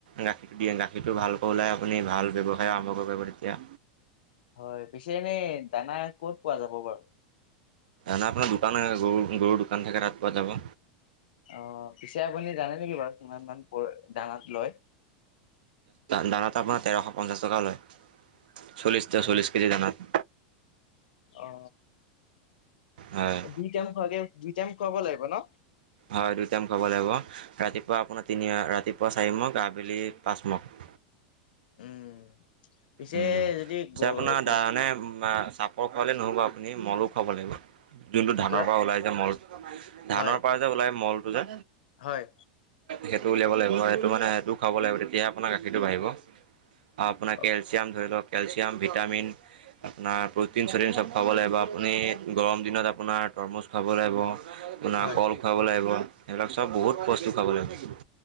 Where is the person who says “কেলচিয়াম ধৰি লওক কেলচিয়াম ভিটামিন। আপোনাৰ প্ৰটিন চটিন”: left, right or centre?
Right